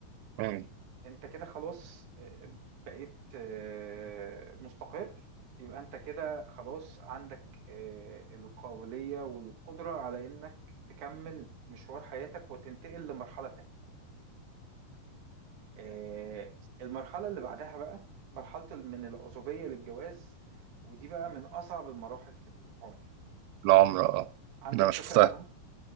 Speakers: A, on the right; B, on the right.
A: مم.
B: انت كده خلاص آه، بقيت آه، مستقر يبقى انت كده خلاص عندك آه، القابلية والقدرة على انك تكمل مشوار حياتك وتنتقل لمرحلة تانية آه، المرحلة اللي بعدها بقى مرحلة من العزوبية للجواز ودي بقى من أصعب المراحل في العمر
A: العمر أه
B: عندك
A: ده أنا
B: فكرة
A: شفتها
B: عنها؟